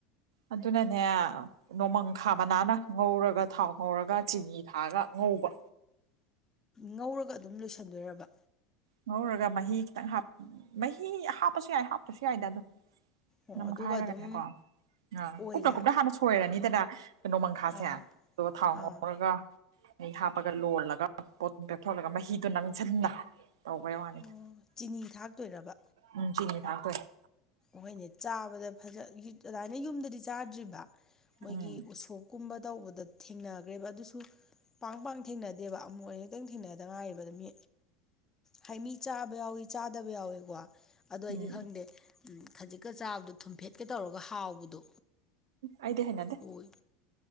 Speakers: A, on the right; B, on the left.
A: ꯑꯗꯨꯅꯅꯦ ꯅꯣꯡꯃꯪ ꯈꯥ ꯃꯅꯥꯅ ꯉꯧꯔꯒ ꯊꯥꯎ ꯉꯧꯔꯒ ꯆꯤꯅꯤ ꯊꯥꯒ ꯉꯧꯕ
B: ꯉꯧꯔꯒ ꯑꯗꯨꯝ ꯂꯣꯏꯁꯟꯗꯣꯏꯔꯕ
A: ꯉꯧꯔꯒ ꯃꯍꯤ ꯈꯤꯇꯪ ꯍꯥꯞ ꯃꯍꯤ ꯍꯥꯞꯄꯁꯨ ꯌꯥꯏ ꯍꯥꯞꯇ꯭ꯔꯁꯨ ꯌꯥꯏꯗ ꯑꯗꯨꯝ
B: ꯑꯣ
A: ꯅꯝ
B: ꯑꯗꯨꯒ
A: ꯘꯥꯏꯔꯒꯅꯦꯀꯣ
B: ꯑꯗꯨꯝ
A: ꯑ
B: ꯑꯣꯏꯔꯦ
A: ꯀꯨꯞꯅ ꯀꯨꯞꯅ ꯍꯥꯟꯅ ꯁꯣꯏꯔꯅꯤꯗꯅ ꯅꯣꯃꯪꯈꯥꯁꯦ
B: ꯑꯥ
A: ꯑꯗꯨꯒ ꯊꯥꯎ
B: ꯑꯥ
A: ꯉꯧꯔꯒ ꯃꯍꯤ ꯍꯥꯞꯄꯒ ꯂꯣꯜꯂꯒ ꯄꯣꯠꯇꯨ ꯄꯦꯊꯣꯛꯍꯜꯂꯒ ꯃꯍꯤꯗꯨ ꯅꯪꯁꯤꯟꯅ ꯇꯧꯕꯩ ꯋꯥꯅꯤꯗ
B: ꯑꯣ ꯆꯤꯅꯤ ꯊꯥꯛꯇꯣꯏꯔꯕ
A: ꯎꯝ ꯆꯤꯅꯤ ꯊꯥꯛꯇꯣꯏꯅꯤ
B: ꯍꫭꯏꯅꯦ ꯆꯥꯕꯗ ꯐꯖ ꯌꯨ ꯑꯗꯨꯃꯥꯏꯅ ꯌꯨꯝꯗꯗꯤ ꯆꯥꯗ꯭ꯔꯤꯕ ꯃꯣꯏꯒꯤ
A: ꯎꯝ
B: ꯎꯁꯣꯛꯞ ꯀꯨꯝꯕ ꯇꯧꯕꯗ ꯊꯦꯡꯅꯈ꯭ꯔꯦꯕ ꯑꯗꯨꯁꯨ ꯄꯥꯡ ꯄꯥꯡ ꯊꯦꯡꯅꯗꯦꯕ ꯑꯃꯨꯛ ꯑꯅꯤꯔꯛꯇꯪ ꯊꯦꯡꯅꯗ ꯉꯥꯏꯔꯤꯕꯗ ꯃꯤ ꯍꯥꯏ ꯃꯤ ꯆꯥꯕ ꯌꯥꯎꯋꯤ ꯆꯥꯗꯕ ꯌꯥꯎꯏꯀꯣ ꯑꯗꫭ ꯑꯩꯗꯤ
A: ꯎꯝ
B: ꯈꯪꯗꯦ ꯈꯖꯤꯛꯀ ꯆꯥꯕꯗꯣ ꯊꯨꯝꯐꯦꯠꯀ ꯇꯧꯔꯒ ꯍꯥꯎꯕꯗꯣ
A: ꯑꯩꯗꯦ ꯍꯩꯅꯗꯦ
B: ꯑꯣꯏ